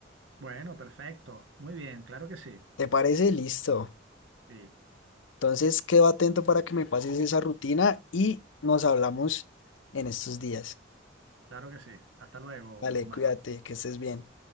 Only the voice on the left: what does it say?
¿Te parece? Listo.
Entonces quedo atento para que me pases esa rutina y nos hablamos en estos días.
Dale,
cuídate, que estés bien.